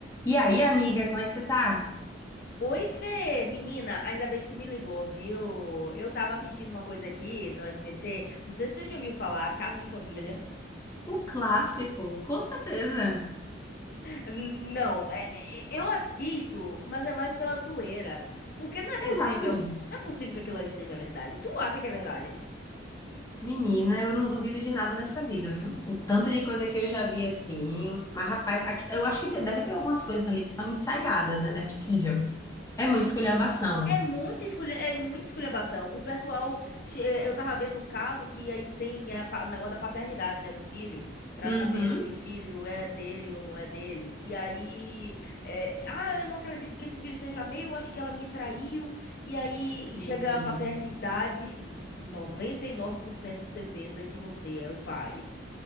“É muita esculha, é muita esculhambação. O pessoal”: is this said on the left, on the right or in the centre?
Left